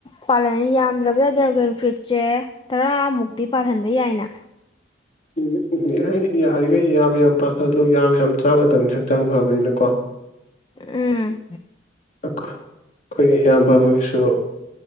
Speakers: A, on the left; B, on the left.
A: ꯄꯥꯜꯂꯅꯤ ꯌꯥꯝꯗ꯭ꯔꯕꯗ ꯗ꯭ꯔꯥꯒꯟ ꯐ꯭ꯔꯨꯏꯠꯁꯦ ꯇꯔꯥꯃꯨꯛꯇꯤ ꯄꯥꯜꯍꯟꯕ ꯌꯥꯏꯅ
B: ꯎꯝ ꯌꯥ ꯌꯥꯔꯤꯈꯩ ꯌꯥꯝ ꯌꯥꯝ ꯄꯥꯈꯠꯂꯨ ꯌꯥꯝ ꯌꯥꯝ ꯆꯥꯒꯗꯕꯅꯤ ꯍꯛꯆꯥꯡ ꯐꯕꯅꯤꯅꯀꯣ
A: ꯎꯝ
B: ꯑꯩꯈꯣꯏꯒꯤ ꯏꯌꯥꯝꯕ ꯑꯃꯒꯤꯁꯨ ꯍꯧ